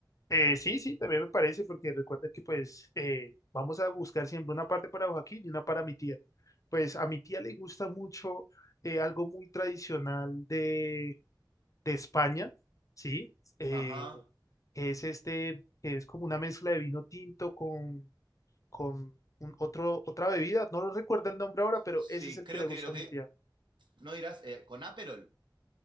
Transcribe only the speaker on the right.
Ajá.
Sí,
creo
que
lo
que
No dirás, eh, con Aperol.